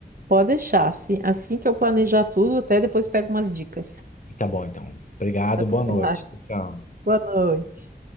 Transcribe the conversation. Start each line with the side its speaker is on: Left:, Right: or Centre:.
Right: Pode deixar, assim, assim que eu planejar tudo, até depois pego umas dicas.
Left: Tá bom, então. Obrigado,
Right: Até
Left: boa noite.
Right: lá.
Left: Tchau.
Right: Boa noite.